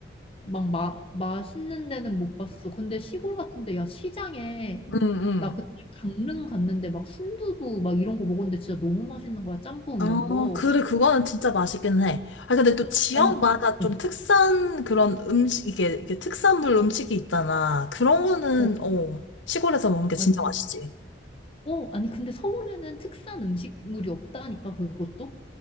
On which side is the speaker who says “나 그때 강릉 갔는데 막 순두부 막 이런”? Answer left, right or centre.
Left